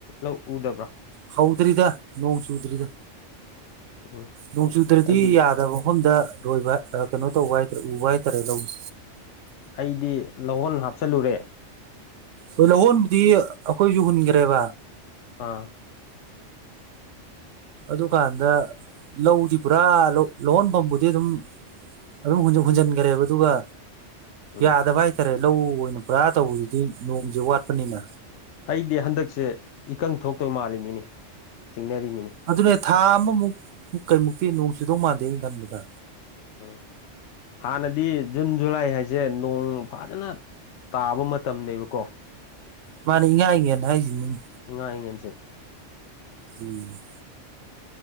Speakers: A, on the left; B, on the right.
A: ꯂꯧ ꯎꯗꯕ꯭ꯔꯣ
B: ꯍ ꯍꯧꯗ꯭ꯔꯤꯗ ꯅꯣꯡ ꯆꯨꯗ꯭ꯔꯤꯗ
A: ꯎꯝ
B: ꯅꯣꯡꯆꯨꯗ꯭ꯔꯗꯤ
A: ꯑꯩꯗꯤ
B: ꯌꯥꯗꯕ ꯃꯐꯝꯗ ꯂꯣꯏꯕ ꯀꯩꯅꯣ ꯇꯧꯕ ꯍꯥꯏꯇꯥꯔꯦ ꯎꯕ ꯍꯥꯏꯇꯥꯔꯦ ꯂꯧꯅꯤ
A: ꯑꯩꯗꯤ ꯂꯧꯍꯣꯟ ꯍꯥꯞꯆꯜꯂꯨꯔꯦ
B: ꯍꯣꯏ ꯂꯧꯍꯣꯟꯕꯗꯤ ꯑꯩꯈꯣꯏꯁꯨ ꯍꯨꯟꯈ꯭ꯔꯦꯕ
A: ꯑꯥ
B: ꯑꯗꯨꯀꯥꯟꯗ ꯂꯧꯗꯤ ꯄꯨꯔꯥ ꯂꯧꯍꯣꯟꯐꯝꯕꯨꯗꯤ ꯑꯗꯨꯝ ꯑꯗꯨꯝ ꯍꯨꯟꯖꯤꯟꯈ꯭ꯔꯦꯕ ꯑꯗꯨꯒ
A: ꯎꯝ
B: ꯌꯥꯗꯕ ꯍꯥꯏ ꯍꯥꯏꯇꯥꯔꯦ ꯂꯧ ꯑꯣꯏꯅ ꯄꯨꯔꯥ ꯇꯧꯕꯗꯨꯗꯤ ꯅꯣꯡꯁꯦ ꯋꯥꯠꯄꯅꯤꯅ
A: ꯑꯩꯗꯤ ꯍꯟꯗꯛꯁꯦ ꯏꯀꯪ ꯊꯣꯛꯇꯣꯏ ꯃꯥꯜꯂꯤꯃꯤꯅꯤ ꯆꯤꯡꯅꯔꯤꯃꯤꯅꯤ
B: ꯑꯗꯨꯅꯦ ꯊꯥ ꯑꯃꯃꯨꯛ ꯀꯩꯃꯨꯛꯇꯤ ꯅꯣꯡ ꯆꯨꯗꯧ ꯃꯥꯟꯗꯦꯅ ꯈꯟꯕꯗ
A: ꯎꯝ ꯍꯥꯟꯅꯗꯤ ꯖꯨꯟ ꯖꯨꯂꯥꯏ ꯍꯥꯏꯁꯦ ꯅꯣꯡ ꯐꯥꯖꯅ ꯇꯥꯕ ꯃꯇꯝꯅꯦꯕꯀꯣ
B: ꯃꯥꯅꯦ ꯏꯪꯉꯥꯏ ꯏꯉꯦꯅ ꯍꯥꯏꯁꯤꯅꯤꯅꯦ
A: ꯏꯉꯥꯏꯉꯟꯁꯦ
B: ꯎꯝ